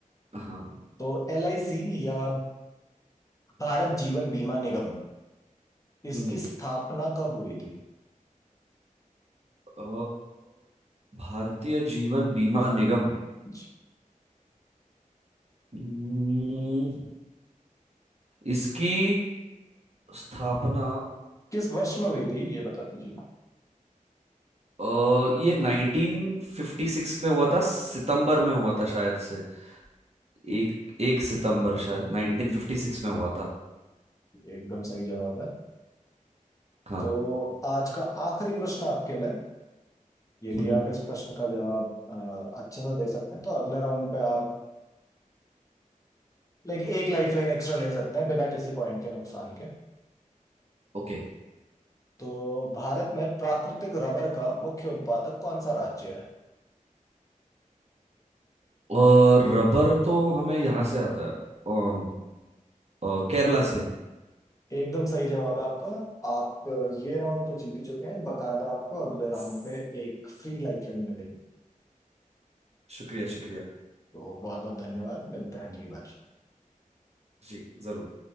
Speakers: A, on the right; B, on the left.
A: हाँ
B: तो एल आई सी या भारत जीवन बीमा निगम इसकी
A: हम्म
B: स्थापना कब हुई थी
A: अ, भारतीय जीवन बीमा निगम
B: जी।
A: हम्म, इसकी स्थापना
B: किस वर्ष में हुई थी ये बता दीजिए
A: अ, ये 1956 में हुआ था सितंबर में हुआ था शायद से एक एक सितंबर शायद 1956 में हुआ था
B: एकदम सही जवाब है
A: हाँ
B: तो आज का आखिरी प्रश्न आपके लिए यदि
A: हम्म
B: आप इस प्रश्न का जवाब अ, अच्छे से दे सकते हैं तो अगले राउंड पे आप लाइक एक लाइफलाइन एक्स्ट्रा ले सकते हैं बिना किसी पॉइंट के नुकसान के
A: ओके
B: तो भारत में प्राकृतिक रबर का मुख्य उत्पादक कौन सा राज्य है
A: और रबर तो हमें यहाँ से आता है अम, अ, केरला से
B: एकदम सही जवाब है आपका आप अ, ये राउंड तो जीत ही चुके हैं बकायदा आपको अगले राउंड
A: बस,
B: पे एक फ्री लाइफलाइन मिलेगी
A: शुक्रिया शुक्रिया
B: तो बहुत बहुत धन्यवाद मिलते हैं अगली बार
A: जी जरूर